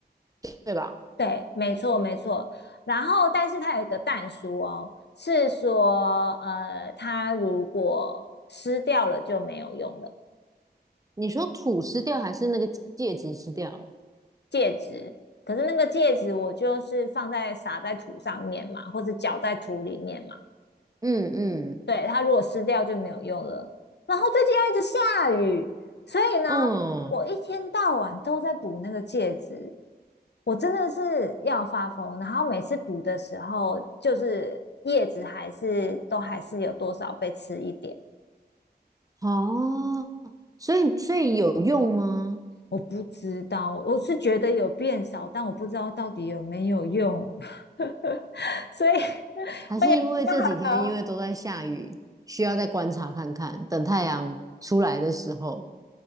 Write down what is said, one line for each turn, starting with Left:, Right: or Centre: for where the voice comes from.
Right: 对吧？
Left: 对，没错没错。然后，但是它有一个蛋书哦，是说呃，它如果湿掉了就没有用了
Right: 你说土湿掉还是那个戒指湿掉了？
Left: 戒指。可是那个戒指我就是放在撒在土上面嘛，或者搅在土里面嘛。
Right: 嗯嗯，
Left: 对，它如果湿掉就没有用了。然后最近又一直下雨，所以呢，
Right: 嗯，
Left: 我一天到晚都在补那个戒指，我真的是要发疯。然后每次补的时候，就是叶子还是都还是有多少被吃一点，
Right: 哦，所以所以有用吗？
Left: 我不知道，我是觉得有变少，但我不知道到底有没有用，<laughs> 所以
Right: 还是因为这几天因为都在下雨，
Left: 我也不知道。
Right: 需要再观察看看，等太阳出来的时候。